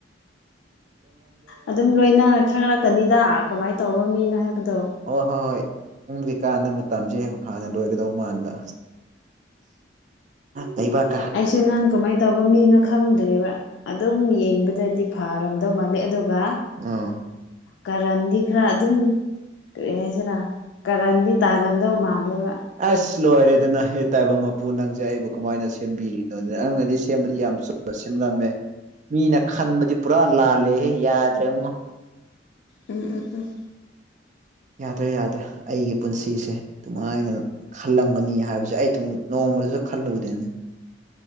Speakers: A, on the left (about 70°); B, on the right (about 40°).
A: ꯑꯗꯨꯝ ꯂꯣꯏꯅ ꯈꯪꯔꯛꯀꯥꯅꯤꯗ ꯀꯃꯥꯏ ꯇꯧꯕ ꯃꯤꯅꯣ ꯍꯥꯏꯕꯗꯣ
B: ꯑꯣ ꯍꯣꯏ ꯍꯣꯏ ꯈꯪꯗ꯭ꯔꯤꯀꯥꯟꯗ ꯃꯥꯇꯝꯖꯦ ꯍꯥꯟꯅ ꯂꯣꯏꯒꯥꯗꯧ ꯃꯥꯟꯕ ꯂꯩꯕꯥꯛ
A: ꯑꯩꯁꯨ ꯅꯪ ꯀꯃꯥꯏ ꯇꯧꯕ ꯃꯤꯅꯣ ꯈꯪ ꯈꯪꯗ꯭ꯔꯦꯕ ꯑꯗꯨꯝ ꯌꯦꯡꯕꯗꯗꯤ ꯐꯔꯝꯗꯧ ꯃꯥꯜꯂꯦ ꯑꯗꯨꯒ
B: ꯑꯥ
A: ꯀꯔꯟꯗꯤ ꯈꯔ ꯑꯗꯨꯝ ꯀꯔꯤ ꯍꯥꯏꯁꯤꯔꯥ ꯀꯔꯟꯗꯤ ꯇꯥꯒꯟꯗꯧ ꯃꯥꯂꯦꯕ
B: ꯑꯁ ꯂꯣꯏꯔꯦꯗꯅ ꯍꯦ ꯇꯥꯏꯕꯪ ꯃꯄꯨ ꯅꯪꯁꯦ ꯑꯩꯕꯨ ꯀꯃꯥꯏꯅ ꯁꯦꯝꯕꯤꯔꯤꯅꯣ ꯅꯪꯅꯗꯤ ꯁꯦꯝꯕꯗꯤ ꯌꯥꯝ ꯆꯨꯝꯅ ꯁꯦꯝꯂꯝꯃꯦ ꯃꯤꯅ ꯈꯟꯕꯥꯗꯤ ꯄꯨꯔꯥ ꯂꯥꯜꯂꯦꯍꯦ ꯌꯥꯗ꯭ꯔꯦꯉꯣ
A: ꯎꯝ ꯎꯝ ꯎꯝ
B: ꯌꯥꯗ꯭ꯔꯦ ꯌꯥꯗ꯭ꯔꯦ ꯑꯩꯒꯤ ꯄꯨꯟꯁꯤꯁꯦ ꯑꯗꯨꯃꯥꯏꯅ ꯈꯜꯂꯝꯒꯅꯤ ꯍꯥꯏꯕꯁꯦ ꯑꯩ ꯑꯗꯨꯝ ꯅꯣꯡꯃꯗꯨꯗ ꯈꯜꯂꯨꯕꯗꯥꯅꯤ